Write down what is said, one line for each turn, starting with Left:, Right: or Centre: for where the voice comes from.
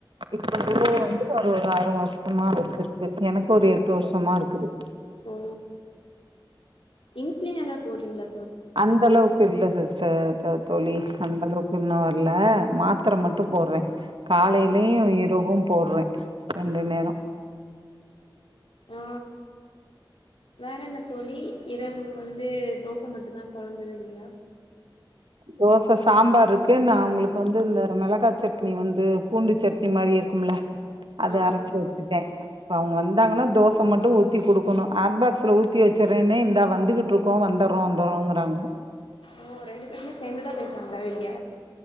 Right: இப்ப சொல்றது
Left: ம்
Right: வந்து ஒரு ஒரு ஆ று வருஷமா அவருக்கிரு க்கு எனக்கு ஒரு எட்டு வருஷமா இருக்குது
Left: ஓ இன்சுலின் எதா போட்றீங்ளா
Right: அந்தளவுக்கு இல்ல சிஸ்டர் க தோழி அந்த அளவுக்கு இன்னு வர்ல மாத்தர மட்டு போர்றே காலைலயு
Left: ம்
Right: இரவும் போட்றே ரெண்டு நேரொ
Left: ஆ வேற என்ன தோழி இரவு வந்து தோச மட்டுந்தா கொழம்பு எது இல்லயா
Right: தோச சாம்பாருக்கு நா உங்களுக்கு வந்து இந்த மெளகா சட்னி வந்து பூண்டு சட்னி மாரி இருக்கும்ல அத
Left: ஆ
Right: அரச்சு‌வச்சுட்டே இப்ப அவுங்க வந்தாங்கனா தோச மட்டு ஊத்தி குடுக்கணு ஹாட்பாக்ஸ்ல ஊத்தி வச்சுறேனே இந்தா வந்துகிட்ருக்கோ வந்தறோ வந்தறோகுறாங்கா
Left: ஓ ரெண்டு பேருமே சேந்துதா பேயிருக்காங்களா வெளிய